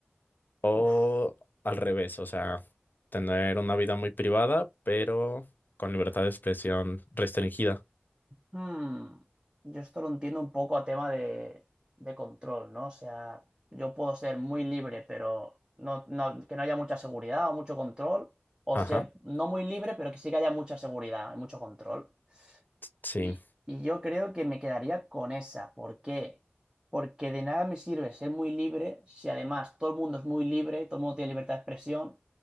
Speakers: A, on the left; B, on the right.
A: ¿O
B: Uf.
A: al revés? O sea, tener una vida muy privada, pero con libertad de expresión restringida.
B: Hmm, Yo esto lo entiendo un poco a tema de, de control, ¿no? O sea, yo puedo ser muy libre, pero no, no- que no haya mucha seguridad o mucho control, o
A: Ajá,
B: ser no muy libre, pero que sí que haya mucha seguridad y mucho control.
A: sí,
B: Y, y yo creo que me quedaría con esa. ¿Por qué? Porque de nada me sirve ser muy libre si además todo el mundo es muy libre, todo el mundo tiene libertad de expresión.